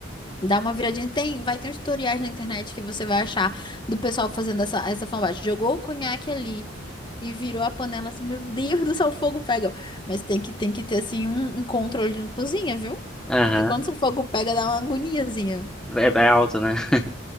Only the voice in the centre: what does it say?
Aham.
É, é alto, né? <laughs>